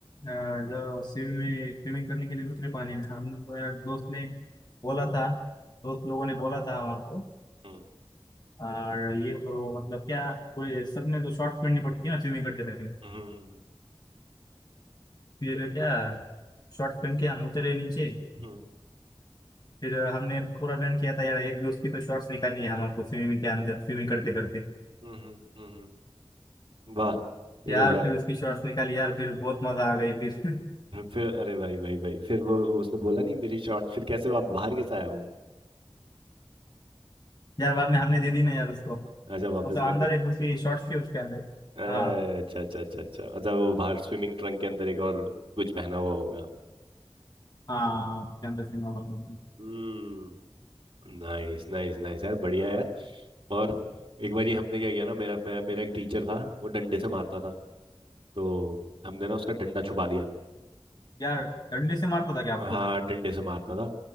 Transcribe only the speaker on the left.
अ, जो स्विमिंग में स्विमिंग करने के लिए उतरे पानी में हम लोग अ, दोस्त ने बोला था दोस्त लोगों ने बोला था हमारे को
और ये करो मतलब क्या कोई सबने तो शॉर्ट्स पहननी पड़ती है ना स्विमिंग करते टाइम
फिर क्या शॉर्ट्स पहन के हम उतरे नीचे
फिर हमने पूरा प्लान किया था यार एक दोस्त की तो शॉर्ट्स निकालनी है हमारे को स्विमिंग के अंदर स्विमिंग करते करते
यार
फिर उसकी शॉर्ट्स निकाली यार फिर बहुत मजा आ गई फिर
<laughs> यार बाद में हमने दे दी ना यार उसको
मतलब
अंदर
एक उसकी शॉर्ट्स थी उसके अंदर
हाँ
हाँ कैंपस में हुआ तो।
यार डंडे से मारता था क्या आपको